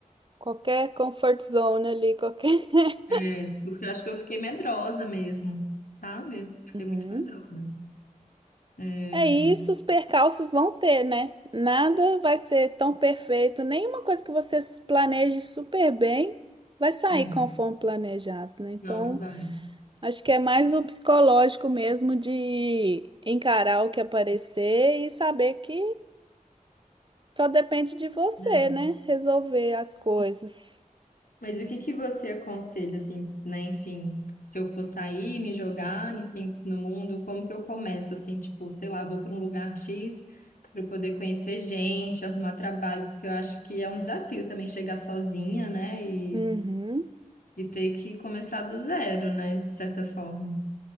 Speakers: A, on the right (about 35°); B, on the left (about 80°).
A: Qualquer comfort zone ali, qualquer. <laughs>
B: É, porque eu acho que eu fiquei medrosa mesmo, sabe? Fiquei
A: Uhum.
B: muito medrosa. É.
A: É isso, os percalços vão ter, né? Nada vai ser tão perfeito, nenhuma coisa que você planeje super bem vai sair
B: é,
A: conforme planejado, né? Então,
B: Não, não vai.
A: acho que é mais o psicológico mesmo de encarar o que aparecer e saber que só depende de você,
B: É.
A: né? Resolver as coisas.
B: Mas o que que você aconselha, assim, né? Enfim, se eu for sair, me jogar, enfim, no mundo, como que eu começo, assim, tipo, sei lá, vou para um lugar X para eu poder conhecer gente, arrumar trabalho, porque eu acho que é um desafio também chegar sozinha, né? E,
A: Uhum.
B: e ter que começar do zero, né? De certa forma.